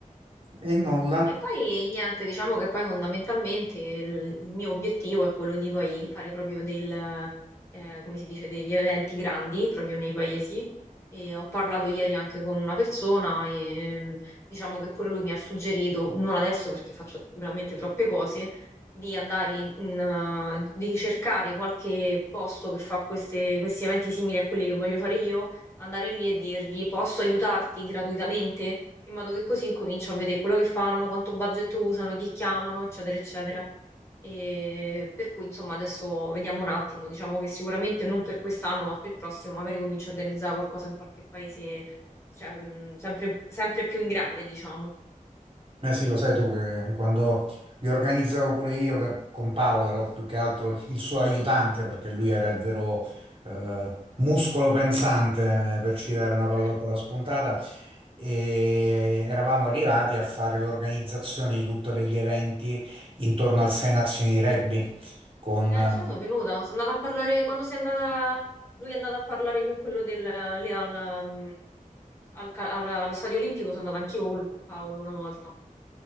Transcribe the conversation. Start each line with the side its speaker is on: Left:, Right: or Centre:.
Right: E nulla.
Left: E poi niente, diciamo che poi fondamentalmente il, il mio obiettivo è quello di poi fare proprio del, eh, come si dice, degli eventi grandi proprio nei paesi. E ho parlato ieri anche con una persona e mm, diciamo che pure lui mi ha suggerito, non adesso perché faccio veramente troppe cose, di andare in, in, eh, di cercare qualche posto che fa queste- questi eventi simili a quelli che voglio fare io andare lì e dirgli posso aiutarti gratuitamente? In modo che così incomincio a vedere quello che fanno, quanto budget usano, chi chiamano, eccetera, eccetera. E per cui, insomma, adesso vediamo un attimo. Diciamo che sicuramente non per quest'anno, ma per il prossimo, magari comincio a organizzare qualcosa in qualche paese, cioè, mh, sempre, sempre più in grande, diciamo.
Right: Eh sì, lo sai tu che quando li organizzavo pure io che- con Paolo ero più che altro il suo aiutante perché lui era il vero eh,
Left: Ah,
Right: muscolo
Left: sì.
Right: pensante eh, per citare una pallottola
Left: Eh,
Right: spuntata e eravamo arrivati a fare l'organizzazione di tutti gli eventi intorno al Sei Nazioni di Rugby con
Left: eh, lo so, sono venuta. Sono andata a parlare quando sei andata. Lui è andato a parlare con quello del lì al, mm, al ca- alla- allo stadio olimpico. Sono andata anch'io col- con Paolo una volta.